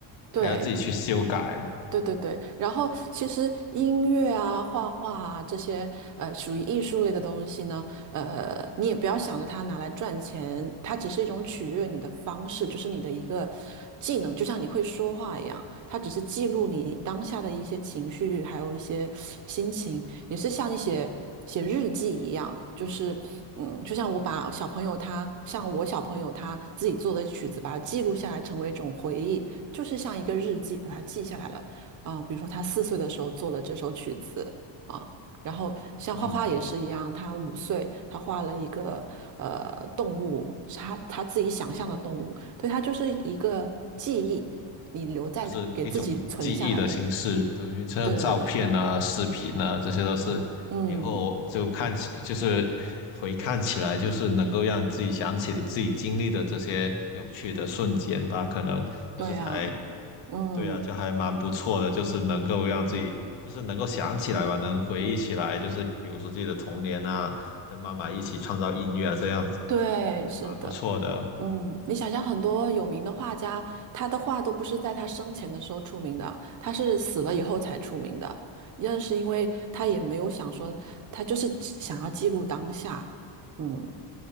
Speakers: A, on the right (about 40°); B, on the left (about 65°).
A: 对，
B: 还要自己去修改。
A: 对对对，然后其实音乐啊、画画啊这些，呃，属于艺术类的东西呢，呃，你也不要想着它拿来赚钱，它只是一种取悦你的方式，就是你的一个技能，就像你会说话一样，它只是记录你当下的一些情绪，还有一些心情，也是像你写写日记一样，就是嗯，就像我把小朋友他，像我小朋友他自己做的曲子，把它记录下来，成为一种回忆。就是像一个日记，把它记下来了。啊、比如说他四岁的时候做了这首曲子啊、然后像画画也是一样，
B: 嗯，
A: 他五岁他画了一个呃动物，是他他自己想象的动物，对，他就是一个记忆，你留在给自己存下来的，
B: 就是一种记忆的形式，等于像照片啊、
A: 对对对，
B: 视频啊，这些都是以后就看起，
A: 嗯，
B: 就是回看起来，就是能够让自己想起你自己经历的这些有趣的瞬间吧。可能就是还，
A: 对啊，嗯，
B: 对啊，就还蛮不错的，就是能够让自己，就是能够想起来吧，能回忆起来，就是比如说自己的童年啊，跟妈妈一起创造音乐啊，这样子
A: 对，
B: 还蛮不错的。
A: 是的。嗯，你想想，很多有名的画家，他的画都不是在他生前的时候出名的，他是死了以后才出名的。认是因为他也没有想说，他就是想要记录当下。嗯